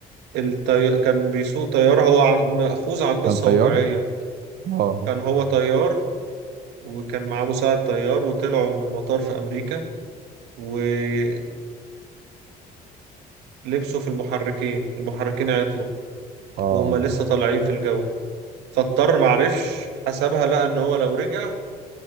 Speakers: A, on the right (about 85°); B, on the right (about 65°).
A: الطي... كان بيسوق طيارة هو عن... مأخوذ عن قصة
B: كان طيار
A: واقعية
B: اه
A: كان هو طيار وكان معاه مساعد طيار وطلعوا من مطار في أمريكا وطيور لبسوا في المحركين المحركين عطلوا
B: اه
A: وهم لسه طالعين في الجو فاضطر معرفش حسبها لقى ان هو لو رجع